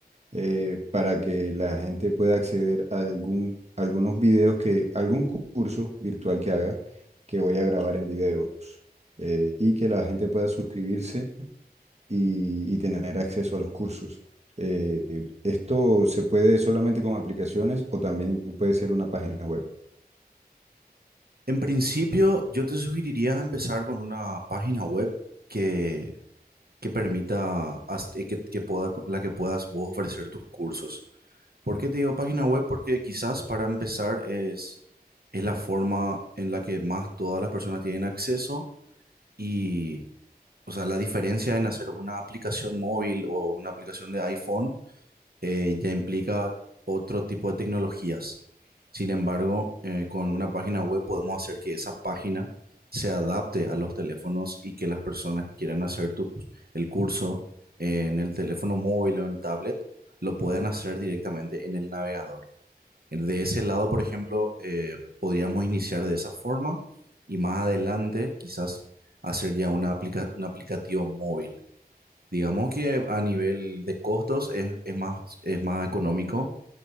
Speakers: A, on the right; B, on the right.
A: eh, para que la gente pueda acceder a algún, algunos videos que, algún curso virtual que haga, que voy a grabar en videos eh, y que la gente pueda suscribirse y, y tener acceso a los cursos. Eh, esto se puede solamente con aplicaciones o también puede ser una página web.
B: En principio, yo te sugeriría empezar con una página web que, que permita, as- eh, que, que pueda, la que puedas vos ofrecer tus cursos. ¿Por qué te digo página web? Porque quizás para empezar es, es la forma en la que más todas las personas tienen acceso Y, o sea, la diferencia en hacer una aplicación móvil o una aplicación de iPhone eh, ya implica otro tipo de tecnologías. Sin embargo, eh, con una página web podemos hacer que esa página se adapte a los teléfonos y que las personas que quieran hacer tu- el curso en el teléfono móvil o en tablet lo puedan hacer directamente en el navegador. De ese lado, por ejemplo, eh, podríamos iniciar de esa forma y más adelante quizás hacer ya una aplica- un aplicativo móvil. Digamos que a nivel de costos es, es más, es más económico